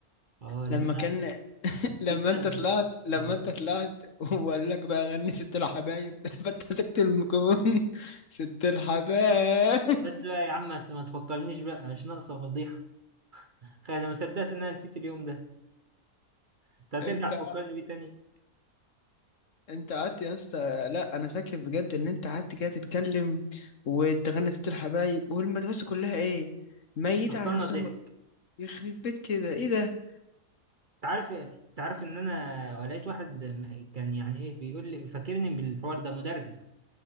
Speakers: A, on the right; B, on the left.
A: اه لما
B: لما كان <laughs> لما
A: جبنا
B: انت
A: ال...
B: طلعت لما
A: اه
B: انت طلعت وقال لك بقى غني ست الحبايب <laughs> فانت مسكت الميكروفون <laughs> ست الحبايب
A: بس بقى يا عم ما ت- ما تفكرنيش بقى مش ناقصه فضيحه خلاص انا ما صدقت ان انا نسيت اليوم ده انت هترجع
B: انت
A: تفكرني بيه تاني
B: انت قعدت يا اسطى لا انا فاكر بجد ان انت قعدت كده تتكلم وتغني ست الحبايب والمدرسه كلها ايه ميتة
A: هتصنع
B: على نفسها
A: ضحك
B: يخرب بيت كده ايه ده
A: انت عارف انت عارف ان انا لقيت واحد م- كان يعني ايه بيقول لي فاكرني بالحوار ده مدرس